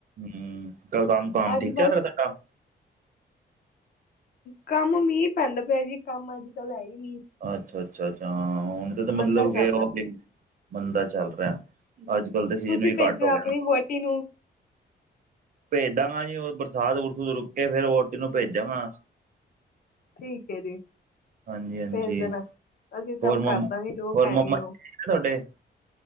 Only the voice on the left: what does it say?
ਅੱਜ
ਬਸ
ਕੰਮ ਮੀਂਹ ਪੈਂਦਾ ਪਿਆ ਜੀ। ਕੰਮ ਅੱਜ ਕੱਲ ਹੈ ਹੀ ਨੀ।
ਮੰਦਾ ਚੱਲਦਾ
ਪਿਆ
ਤੁਸੀਂ
ਭੇਜੋ
ਆਪਣੀ
ਵੋਟੀ ਨੂੰ।
ਠੀਕ ਹੈ ਜੀ।
ਭੇਜ ਦੇਣਾ। ਅਸੀਂ ਸਭ
ਕਰਦਾਂਗੇ
ਜੋ
ਕਹਿਣਗੇ
ਉਹ।